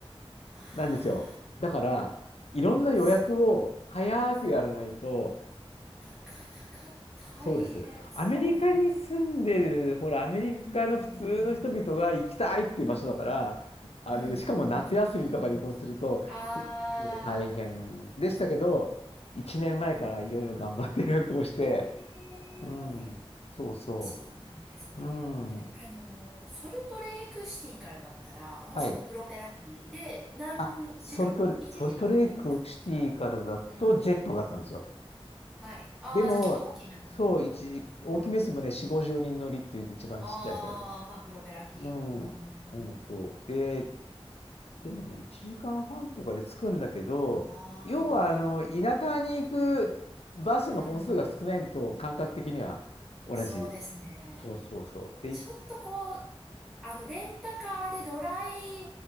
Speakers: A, in the centre; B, on the left (about 75°).
A: あ
B: なんですよ。だから、いろんな予約を早くやらないと、
A: あ、すうん。なかなか大変そうなんですね。
B: そうです。アメリカに住んでる、ほら、アメリカの普通の人々が行きたいっていう場所だから、
A: うん、うん、うん、うん、
B: あのね、
A: うん。
B: しかも夏休みとかに移行すると、
A: うんああ、
B: 結構大変でしたけど、1年前からいろいろ頑張って予約をして、
A: なるほど。へえ、
B: うん、そうそ
A: そうなんですね。
B: う、うん、は
A: あの、ソルトレークシティからだったら、もうそのプロペラ機で何時間とか、
B: い。あ、ソルトレ、
A: 1時間とかです
B: ソルトレークシティからだとジェットがあったんですよ。
A: うん。はい。ああ、
B: でも、
A: じゃあちょっと大きめの。
B: そう、一時、大きめですもんね、
A: うんうん。
B: 4、50人乗りっていう一番ちっちゃいサイズの。
A: ああ、まあ、プロペラ機。
B: う
A: うんうんうん。
B: ん、うん、そう。で、でもね、1時間半とかで着くんだけど、
A: ああ、
B: 要は、あの、田舎に行くバスの本数が少ないのと感覚的には同じ。
A: うん。そうですね。
B: そうそうそう。で、
A: ちょっとこう、
B: い
A: あの、レンタカーでドライ